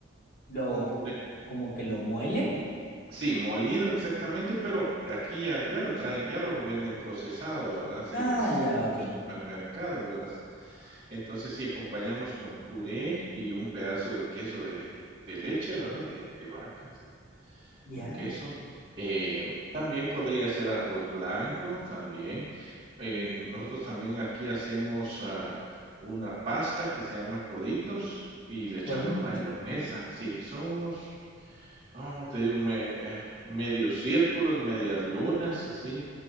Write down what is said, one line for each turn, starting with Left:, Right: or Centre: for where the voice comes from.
Left: Lo,
Right: un puré,
Left: como que lo muelen.
Right: sí, molido exactamente, pero aquí ya, ya lo traen, ya lo venden procesado, ¿verdad? Así
Left: Ah,
Right: en las,
Left: ya,
Right: en
Left: ok.
Right: los supermercados, ¿verdad? Entonces sí, acompañamos con puré y un pedazo de queso de, de leche, ¿verdad? De, de vaca, sí.
Left: Ya,
Right: Con queso, em, también podría ser arroz blanco, también, eh, nosotros también aquí hacemos, ah, una pasta que se llama coditos y le echamos
Left: coditos.
Right: mayonesa. Sí, son unos, ¿cómo te digo? Me eh, medios círculos, medias lunas, así,